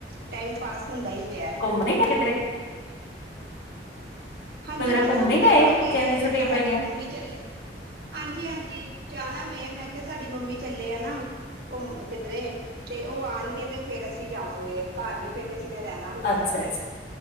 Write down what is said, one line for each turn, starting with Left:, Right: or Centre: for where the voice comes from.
Right: ਟਾਈਮ ਪਾਸ ਹੁੰਦਾ ਹੀ ਪਿਆ।
Left: ਮਲੇ ਗਾ ਕਿਦਰੇ।
Right: ਹਾਂਜੀ,
Left: ਕਿਧਰੇ
Right: ਬਸ
Left: ਘੁੰਮ
Right: ਹੁਣ
Left: ਨੀ ਗਏ
Right: ਜਾਵਾਂਗੇ
Left: ਬੱਚਿਆਂ
Right: ਇਹਦੇ
Left: ਦੀਆਂ ਛੁੱਟੀਆਂ
Right: ਸਾਡੀ
Left: ਪਈ ਦੀਆਂ
Right: ਮੰਮੀ ਚੱਲੇ। ਹਾਂਜੀ-ਹਾਂਜੀ, ਜਾਣਾ ਵੇਂ, ਮੈਂ ਕੇਆ ਸਾਡੀ ਮੰਮੀ ਚੱਲੇ ਐ ਨਾ। ਘੁੰਮ ਅ ਕਿੱਦਰੇ, ਤੇ ਓਹ ਆਣਗੇ, ਤੇ ਫੇਰ ਅਸੀਂ ਜਾਵਾਂਗੇ। ਕਾਰ ਵੀ ਫੇਰ ਕਿਸੇ ਨੇ ਰਹਿਣਾ ਹੁੰਦਾ
Left: ਅੱਛਾ
Right: ਐ,
Left: ਅੱਛਾ